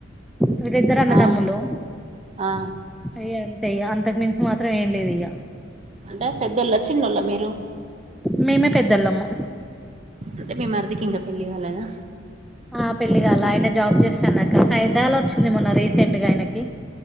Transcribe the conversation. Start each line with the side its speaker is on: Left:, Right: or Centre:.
Centre: వీరు ఇద్దరు అన్నదమ్ములు
Right: ఆ ఆ
Centre: ఇగ అంతే ఇగ అంతకు మించి మాత్రం ఏం లేదు ఇగ
Right: అంటే పేదోళ్ల చిన్నోళ్ళ మీరు
Centre: మేమే పెద్దోళ్ళము
Right: అంటే మీ మర్ది కి ఇంకా పెళ్ళి కాలేదా
Centre: ఆ పెళ్లిగాలే ఆయన జాబ్ చేస్తుండు అక్క హైడ్రా లో వచ్చింది మొన్న రీసెంట్ గా ఆయనకి